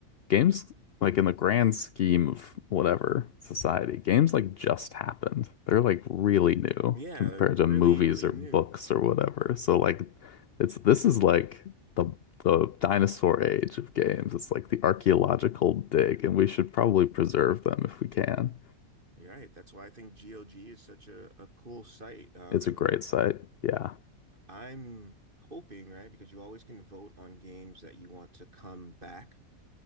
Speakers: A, on the left; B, on the right.
A: games like in the grand scheme of whatever society, games like just happened. They're like really new
B: Yeah,
A: compared
B: really,
A: to movies
B: really
A: or
B: new.
A: books or whatever. So like it's this is like the the dinosaur age of games. It's like the archaeological dig, and we should probably preserve them if we can.
B: You're right. That's why I think GLG is such a, a cool site. Um,
A: It's a great site. Yeah.
B: I'm hoping, right, because you always can vote on games that you want to come back.